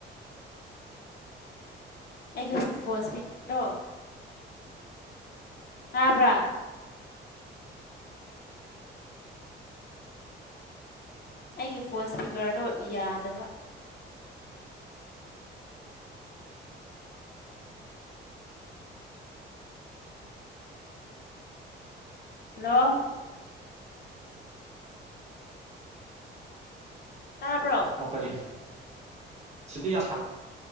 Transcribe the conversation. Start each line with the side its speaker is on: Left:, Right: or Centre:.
Left: ꯑꯩꯒꯤ ꯐꯣꯟꯁ ꯄꯤꯛꯇꯣ ꯇꯥꯕ꯭ꯔꯥ ꯑꯩꯒꯤ ꯐꯣꯟ ꯏꯁꯄꯤꯀꯔꯗꯣ ꯌꯥꯗꯕ ꯍꯜꯂꯣ ꯇꯥꯕ꯭ꯔꯣ
Right: ꯑꯣ ꯀꯔꯤ ꯁꯤꯗꯤ ꯌꯥꯝ